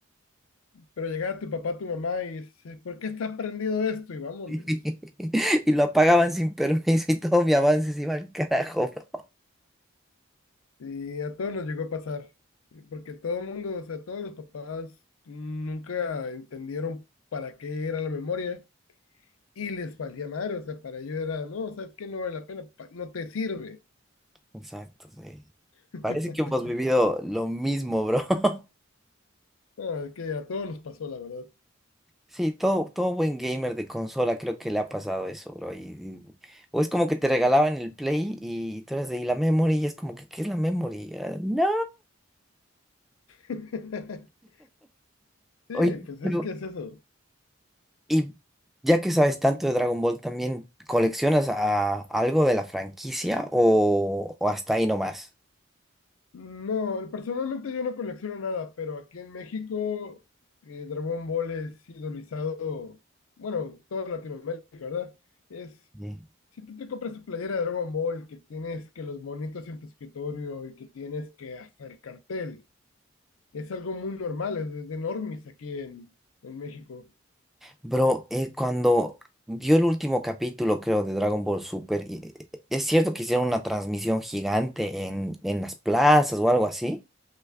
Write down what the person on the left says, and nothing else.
pero llegaba tu papá, tu mamá y dice, ¿por qué está prendido esto? Y vámonos.
Y a todos nos llegó a pasar, porque todo el mundo, o sea, todos los papás nunca entendieron para qué era la memoria y les valía madre, o sea, para ellos era, no, o sea, es que no vale la pena, pa- no te sirve.
<laughs>
No, es que a todos nos pasó, la verdad.
<laughs> Sí,
pues
es que es eso.
No, personalmente yo no colecciono nada, pero aquí en México eh, Dragon Ball es idolizado, bueno, toda Latinoamérica, ¿verdad? Es,
si tú te compras tu playera de Dragon Ball, que tienes que los monitos en tu escritorio y que tienes que hasta el cartel, es algo muy normal, es, es de normis aquí en, en México.